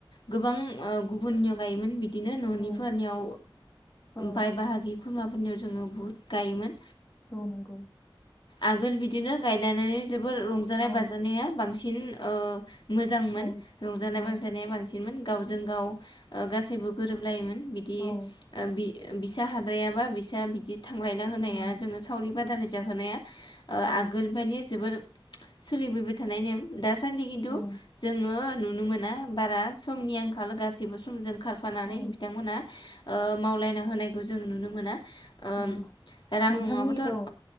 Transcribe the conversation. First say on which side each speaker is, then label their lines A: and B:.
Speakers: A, on the left; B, on the left.
A: गोबां ओ गुबुननियाव गायोमोन बि बिदिनो न'निफोरनियाव
B: औ औ
A: बाय बाहागि खुरा फोरनि जोङो बहुत गायोमोन
B: औ नंगौ
A: आगोल बिदिनो गायलायनानै जोबोर रंजानाय
B: औ
A: बाजानाया बांसिन फिन ओ मोजांमोन
B: औ
A: रंजानाय
B: औ
A: बाजानाया बांसिन बि गावजों गाव गासैबो गोरोबलायोमोन बिदि
B: औ
A: बि बिसा हाद्रायाबा बिसा बिदि थांलायना होनाया
B: उम
A: जोङो सावरि बादालि जाहोनाया
B: औ
A: आगोलनिफ्रायानि जोबोर सोलिबोबाय थानाय नेम दासानदि खिनथु
B: औ
A: जोङो नुनो मोनो बारा समनि आंखाल गाससिबो सम जों खारफानानै
B: औ
A: बिथांमोना मावलायना होनायखौ जों नुनो मोना ओ
B: औ
A: रां
B: नोंथांनि
A: नङाबाथ'
B: औ